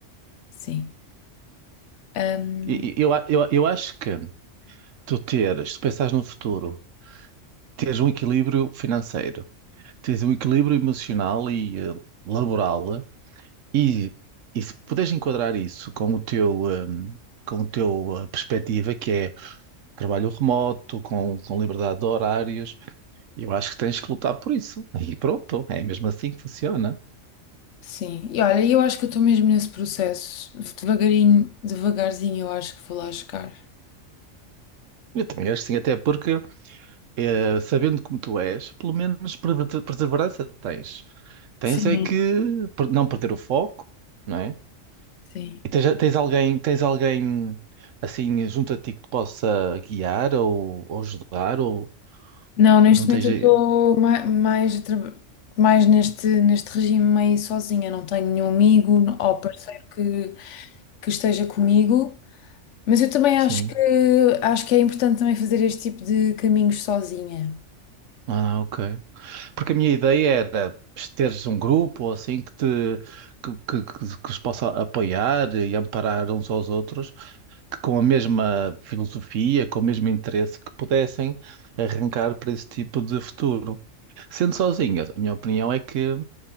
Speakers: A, on the left; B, on the right.
A: Sim. Ahm,
B: E, e eu, a- eu, eu acho que tu teres, se pensares no futuro, teres um equilíbrio financeiro, teres um equilíbrio emocional e eh, laboral. E, e se puderes enquadrar isso com o teu, hum, com o teu eh, perspectiva, que é trabalho remoto, com, com liberdade de horários, eu acho que tens que lutar por isso. E pronto, é mesmo assim que funciona.
A: sim. E olha, eu acho que eu estou mesmo nesse processo. Devagarinho, devagarzinho, eu acho que vou lá chegar.
B: Eu também acho que sim, até porque, eh, sabendo como tu és, pelo menos perver- perseverança tens. Tens
A: Sim,
B: é que per- não perder o foco, não é?
A: sim.
B: E tens, tens alguém, tens alguém assim junto a ti que te possa guiar ou, ou ajudar, ou
A: Não, neste
B: não
A: momento
B: tens.
A: eu
B: eh,
A: estou ma- mais, a traba- mais neste, neste regime meio sozinha. Não tenho nenhum amigo ou parceiro que, que esteja comigo. Mas eu também
B: Sim.
A: acho que, acho que é importante também fazer este tipo de caminhos sozinha.
B: Ah, ok. Porque a minha ideia era teres um grupo ou assim que te que, que, que, que os possa apoiar e amparar uns aos outros, que com a mesma filosofia, com o mesmo interesse, que pudessem arrancar para esse tipo de futuro. Sendo sozinha, a minha opinião é que